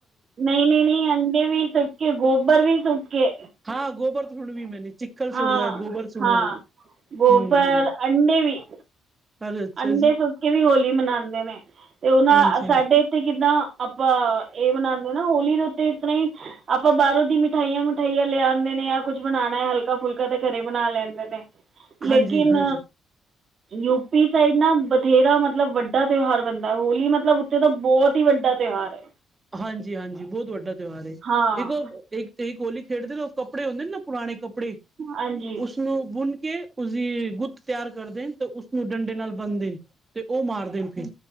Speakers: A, on the right; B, on the right.
A: ਨਹੀਂ ਨਹੀਂ ਨਹੀਂ ਅੰਡੇ ਵੀ ਸੁੱਟ ਕੇ ਗੋਬਰ ਵੀ ਸੁੱਟ ਕੇ
B: ਹਾਂ ਗੋਬਰਤ ਹਣ ਵੀ ਮੈਨੇ ਚਿੱਖਲ ਸੁਣਵਾ
A: ਹਾਂ
B: ਹੈ ਗੋਬਰ ਸੁਣਵਾ
A: ਹਾਂ
B: ਹੈ
A: ਗੋਬਰ
B: ਹਮ ਹਮ
A: ਅੰਡੇ ਵੀ
B: ਅਰੇ ਅੱਛਾ
A: ਅੰਡੇ
B: ਜੀ
A: ਸੁੱਟ ਕੇ ਵੀ ਹੋਲੀ ਮਨਾਉਂਦੇ ਨੇ ਤੇ ਉਹਨਾਂ
B: ਹਾਂਜੀ ਹਾਂ
A: ਸਾਡੇ ਇੱਥੇ ਕਿੱਦਾਂ ਆਪਾਂ ਇਹ ਮਨਾਉਦੇ ਹ ਨਾ ਹੋਲੀ ਦੇ ਉੱਤੇ ਇਸ ਤਰ੍ਹਾਂ ਹੀ ਆਪਾਂ ਬਾਹਰੋਂ ਦੀ ਮਿਠਾਈਆਂ ਮਿਠਾਈਆਂ ਲਿਆ ਆਉਂਦੇ ਨੇ ਜਾਂ ਕੁੱਝ ਬਣਾਉਣਾ ਹੈ ਹਲਕਾ ਫੁਲਕਾ ਤੇ ਘਰੇ ਬਣਾ ਲੈਂਦੇ ਨੇ
B: <inaudible>
A: ਲੇਕਿਨ
B: ਹਾਂਜੀ
A: ਯੂ ਸਾਈਡ ਨਾ ਬਥੇਰਾ ਮਤਲਬ ਵੱਡਾ ਤਿਉਹਾਰ ਬਣਦਾ ਹੋਲੀ ਮਤਲਬ ਉੱਥੇ ਦਾ ਬਹੁਤ ਹੀ ਵੱਡਾ ਤਿਉਹਾਰ ਹੈ
B: ਹਾਂਜੀ ਹਾਂਜੀ ਬਹੁਤ ਵੱਡਾ ਤਿਉਹਾਰ ਇੱਕੋ
A: ਹਾਂ
B: ਇੱਕਸੀ ਹੋਲੀ ਖੇਡਦੇ ਨਾ ਉਹ ਕੱਪੜੇ ਹੁੰਦੇ ਨੇ ਨਾ ਪੁਰਾਣੇ ਕੱਪੜੇ ਉਸ
A: ਹਾਂਜੀ
B: ਉਸਨੂੰ ਬੁਨ ਕੇ ਉਸਦੀ ਗੁੱਤ ਤਿਆਰ ਕਰਦੇਣ ਤੇ ਉਸਨੂੰ ਡੰਡੇ ਨਾਲ ਬੰਨਦੇਣ ਤੇ ਉਹ ਮਾਰਦੇਣ ਫ